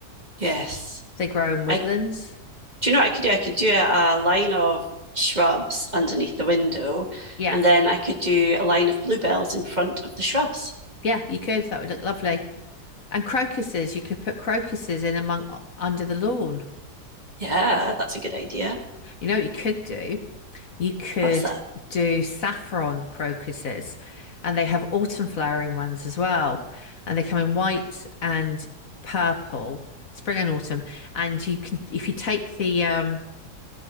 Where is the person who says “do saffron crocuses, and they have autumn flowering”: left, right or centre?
Left